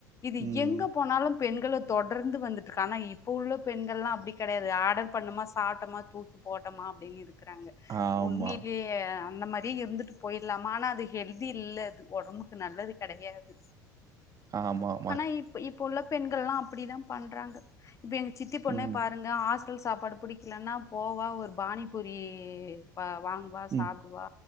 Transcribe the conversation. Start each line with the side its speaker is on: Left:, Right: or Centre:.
Left: இது
Right: ம்.
Left: எங்க போனாலு பெண்கள தொடர்ந்து வந்துட்டு இருக்கு ஆனா இப்ப உள்ள பெண்கள் எல்லா அப்டி கெடையாது ஆர்டர் பண்ணமா சாப்ட்டமா தூக் கா போட்டோமா அப்டின்னு இருக்கிறாங்க
Right: ஆமா.
Left: உண்மையிலயே ஆ அந்த மாறியு இருந்துட்டு போயிலாமா ஆனா அது ஹெல்தி இல்ல அது உடம்புக்கு நல்லது கெடையாது
Right: ஆமா
Left: ஆனா இப்ப இப்ப உள்ள பெண்கள் எல்லா அப்டி தா பண்றாங்க இப்ப எங்க சித்தி பொண்ணே
Right: ம்,
Left: பாருங் அந்த ஹாஸ்டல் சாப்பாடு புடிக்கலன்னா போவா ஒரு பானி பூரி வா வாங் குவா
Right: ம்,
Left: சாப்புடுவா